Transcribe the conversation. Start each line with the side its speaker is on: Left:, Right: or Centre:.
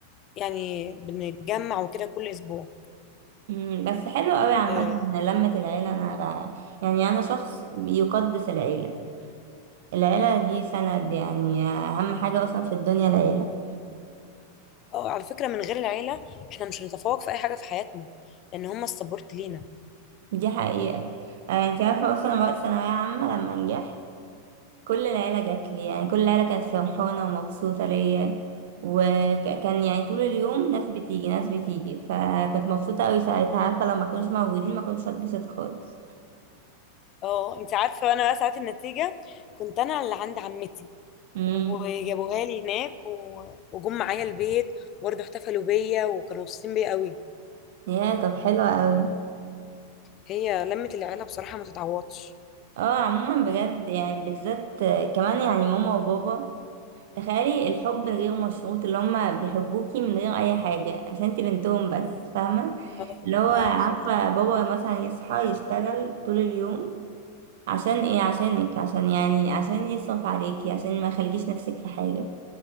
Left: يعني بنتجمع وكده كل اسبوع
Right: أمم، بس حلو قوي عامة
Left: اه
Right: إن لمة العيلة انا بقى يعني انا شخص يقدس العيلة العيلة دي سند يعني اهم حاجة اصلا في الدنيا العيلة
Left: آه، على فكرة من غير العيلة احنا مش هنتفوق في اي حاجة في حياتنا لان هم السبورت لينا
Right: دي حقيقة آه، انت عارفة اصلا أنا وقت ثانوية عامة لما نجحت كل العيلة جات لي يعني كل العيلة كانت فرحانة ومبسوطة ليا وكان يعني طول اليوم ناس بتيجي ناس بتيجي فكنت مبسوطة قوي ساعتها عارفة لو ما كانوش موجودين ما كنتش هتبسط خالص
Left: اه انت عارفة انا بقى ساعات النتيجة كنت انا اللي عند عمتي
Right: امم
Left: وجابوها لي هناك و- وجم معايا البيت وبرضه احتفلوا بيا وكانوا مبسوطين بيا قوي
Right: يا طب حلو قوي
Left: هي لمة العيلة بصراحة ما تتعوضش
Right: اه عموما بجد يعني بالذات آه، كمان يعني ماما وبابا تخيلي الحب الغير مشروط اللي هما بيحبوكي من غير اي حاجة عشان انتي بنتهم بس فاهمة
Left: اه
Right: اللي هو عارفة
Left: اه فعلا
Right: بابا مثلا يصحى يشتغل طول اليوم عشان ايه عشانك عشان يعني عشان يصرف عليكي عشان ما يخليكيش نفسك في حاجة